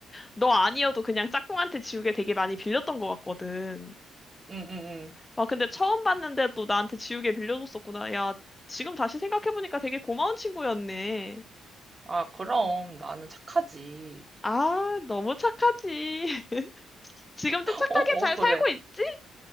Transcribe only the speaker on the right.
응, 응, 응.
아, 그럼 나는 착하지.
어, 어,
그래.